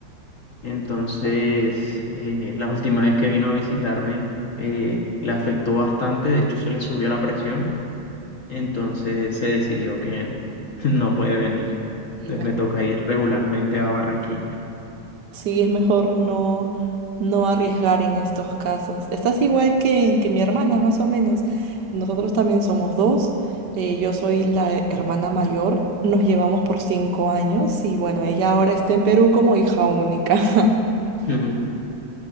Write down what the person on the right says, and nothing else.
Sí,
Sí, es mejor no, no arriesgar en estos casos. Estás igual que, que mi hermana, más o menos. Nosotros también somos dos. eh, yo soy la hermana mayor. Nos llevamos por cinco años y bueno, ella ahora está en Perú como hija única. <laughs>